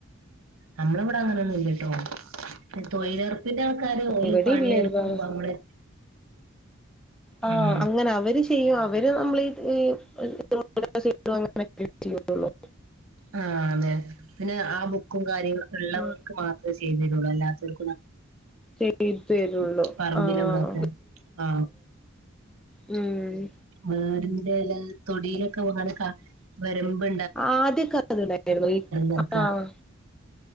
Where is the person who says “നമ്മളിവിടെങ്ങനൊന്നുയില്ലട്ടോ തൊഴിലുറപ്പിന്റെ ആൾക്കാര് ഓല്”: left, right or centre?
Right